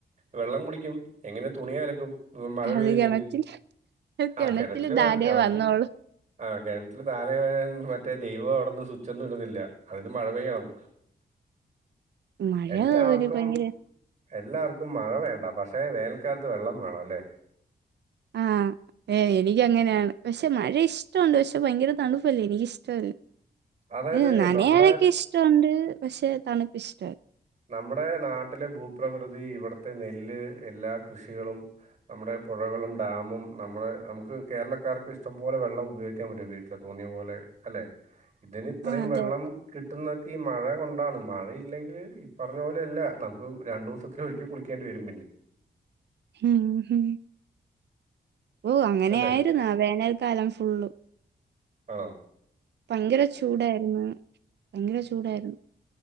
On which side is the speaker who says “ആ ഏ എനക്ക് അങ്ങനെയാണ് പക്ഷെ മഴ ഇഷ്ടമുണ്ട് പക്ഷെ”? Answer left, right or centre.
Right